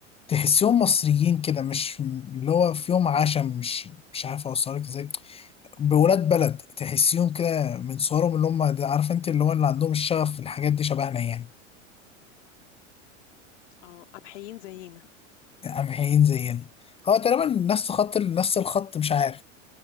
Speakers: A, on the left; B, on the left.
A: تحسهم مصريين كده مش اللي هو فيهم عشم مش مش عارف اوصلك ازاي بولاد بلد تحسيهم كده من صورهم اللي هم ده عارف انت اللي هو اللي عندهم الشغف في الحاجات دي شبهنا يعني
B: اه قمحيين زينا
A: قمحيين زينا هو تقريبا نفس خط نفس الخط مش عارف